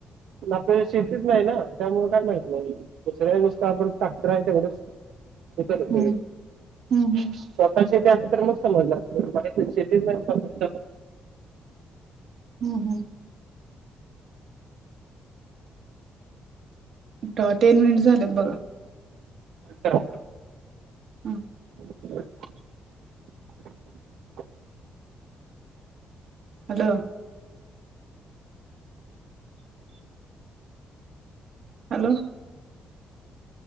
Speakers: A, on the right; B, on the right.
A: प आपल्या शेतीच नाही ना त्यामुळे काय माहित नाही दुसऱ्या नुसत आपण टाक्टर आहे तेवढच त
B: हम्म हम्म हम्म
A: स्वतः च. शती अस तर मग समज शेतीच नाही. <unintelligible>
B: हम्म हम्म. टेन मिनिट झालेत बघा.
A: कर.
B: हम्.
A: ह <inaudible>
B: द. हॅलो.